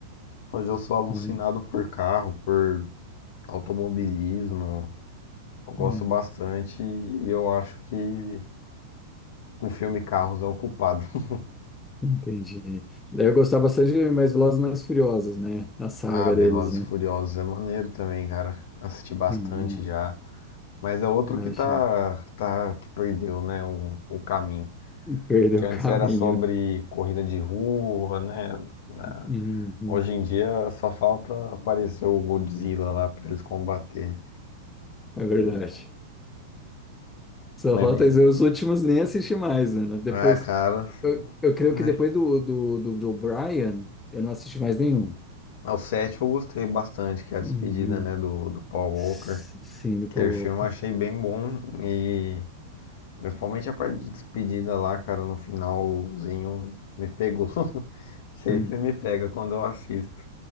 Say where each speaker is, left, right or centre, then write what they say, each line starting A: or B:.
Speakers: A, on the left (about 55°); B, on the left (about 15°).
A: Hoje eu sou alucinado
B: hum,
A: por carro, por automobilismo. Eu gosto
B: hum,
A: bastante e eu acho que o filme Carros é o culpado. <laughs>
B: entendi. Daí eu gostava bastante de Mais Velozes e Mais Furiosos, né? A saga
A: ah, Velozes
B: deles, né?
A: e Furiosos é maneiro também, cara. Assisti bastante
B: Hum.
A: já. Mas é outro
B: Imagina.
A: que tá, tá que perdeu, né, o, o caminho.
B: Perdeu
A: que
B: o
A: antes
B: caminho.
A: era sobre corrida de rua, né? Na-
B: Uhum,
A: Hoje em dia só falta aparecer o Godzilla lá pra eles combater.
B: é verdade.
A: E-
B: Só
A: Mas
B: falta
A: é bem
B: dizer,
A: legal.
B: os últimos nem assisti mais, Ana. Depois,
A: Ah, cara,
B: eu, eu creio
A: é.
B: que depois do, do, do, do Brian, eu não assisti mais nenhum.
A: Ao 7 eu gostei bastante, que é a despedida,
B: Uhum.
A: né, do, do Paul Walker.
B: S- Sim, do
A: Aquele
B: Paul
A: filme
B: Walker.
A: eu achei bem bom e principalmente a parte de despedida lá, cara, no finalzinho me pegou. <laughs> Sempre
B: Hum.
A: me pega quando eu assisto.